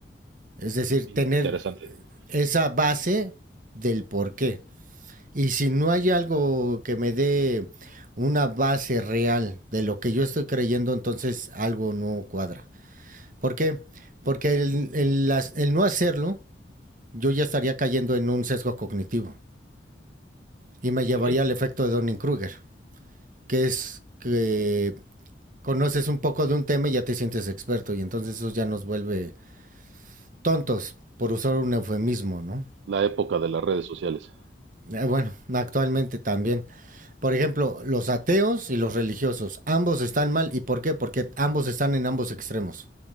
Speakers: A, on the right (about 50°); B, on the right (about 75°).
A: Es decir,
B: In-
A: tener
B: Interesante,
A: esa base del por qué. Y si no hay algo que me dé una base real de lo que yo estoy creyendo, entonces algo no cuadra. ¿Por qué? Porque el, el el no hacerlo, yo ya estaría cayendo en un sesgo cognitivo y me llevaría
B: muy bien.
A: al efecto de Donning-Kruger, que es que conoces un poco de un tema y ya te sientes experto y entonces eso ya nos vuelve tontos, por usar un eufemismo, ¿no?
B: La época de las redes sociales,
A: Eh, bueno, actualmente también. Por ejemplo, los ateos y los religiosos, ambos están mal. ¿Y por qué? Porque ambos están en ambos extremos.